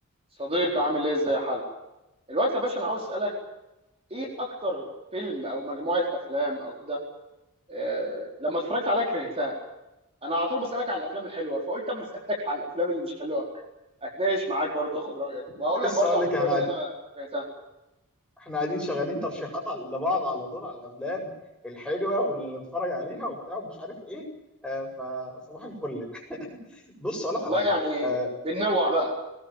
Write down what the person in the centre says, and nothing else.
كنت لسه
اقول
لك
انا
احنا قاعدين شغالين ترشيحات على- لبعض على طول على الافلام الحلوه واللي نتفرج عليها وبتاع ومش عارف ايه آه، فصباح الفل <laughs> بص اقول
لك على حاجه
اه